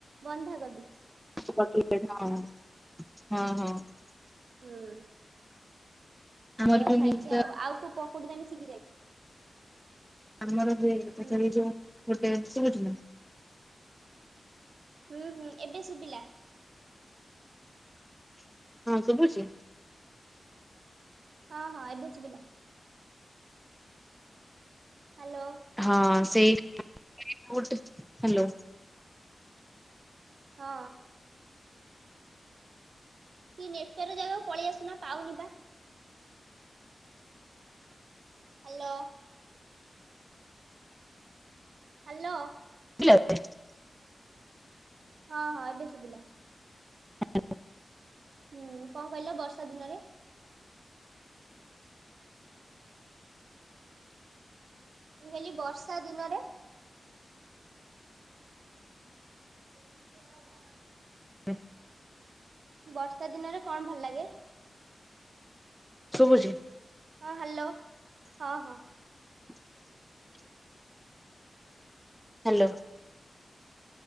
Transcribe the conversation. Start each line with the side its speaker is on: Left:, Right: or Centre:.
Right: ବନ୍ଧାକୋବି।
Centre: ହ ହଁ ହଁ।
Right: ହୁଁ।
Centre: ଆମର
Right: ଏଇ ଆଉ
Centre: ବି
Right: ଖାଇଛି
Centre: ମୁଁ ତ
Right: ଆଉ ଆଉ କୋଉ ପକୁଡ଼ି ତମେ ଶିଖି ଯାଇଛ।
Centre: ଆମର ବି <unintelligible>
Right: ହୁଁ
Centre: ଯୋଉ ଗୋଟେ ଶୁଭୁଛି ନା।
Right: ହୁଁ ହୁଁ ଏବେ ଶୁଭିଲା।
Centre: ହଁ ଶୁଭୁଛି।
Right: ହଁ ହଁ ଏବେ ଶୁବିଲା। ହ୍ୟାଲୋ
Centre: ହଁ ସେଇ। <unintelligible> ହ୍ୟାଲୋ।
Right: ହଁ। କିଏ ନେଟୱର୍କ ଜାଗାକୁ ପଳେଇଆସୁନ ପାଉନି ବା। ହ୍ୟାଲୋ। ହ୍ୟାଲୋ।
Centre: ହ-
Right: ହଁ ହଁ ଏବେ ଶୁଭିଲା।
Centre: ହ-
Right: ହୁଁ କଣ କହିଲ ବର୍ଷା ଦିନରେ। ମୁଁ କହିଲି ବର୍ଷା ଦିନରେ। ପ-
Centre: ହୁଁ।
Right: ବର୍ଷା ଦିନରେ କଣ ଭଲ ଲାଗେ
Centre: ଶୁଭୁଚି।
Right: ହଁ ହ୍ୟାଲୋ ହ ହଁ
Centre: <inaudible> ହ୍ୟାଲୋ।